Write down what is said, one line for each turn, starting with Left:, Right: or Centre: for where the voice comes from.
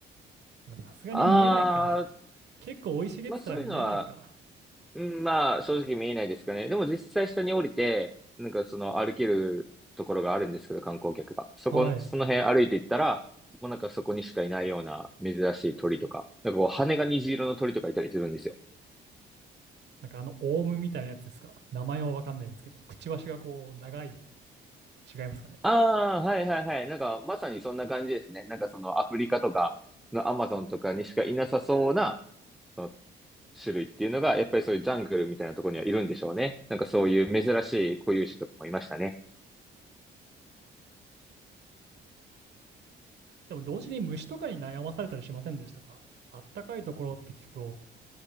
Right: でもさすがに見えないか。
Centre: あ
Right: 結構生い茂ってたら見えないか。
Centre: まあそういうのは、うんまあ正直見えないですかね。でも実際下に降りて、なんかその歩けるところがあるんですけど、観光客が。そこ、
Right: はい。
Centre: その辺歩いていったら、もうなんかそこにしかいないような珍しい鳥とか、なんかこう羽が虹色の鳥とかいたりするんですよ。
Right: なんかあのオウムみたいなやつですか。名前はわかんないですけど、くちばしがこう長い。違いますかね。
Centre: ああ、はいはいはい。なんかまさにそんな感じですね。なんかそのアフリカとか、そのアマゾンとかにしかいなさそうなその種類っていうのが、やっぱりそういうジャングルみたいなところにはいるんでしょうね。なんかそういう珍しい固有種とかもいましたね。
Right: でも同時に虫とかに悩まされたりしませんでしたかあったかいところって聞くと、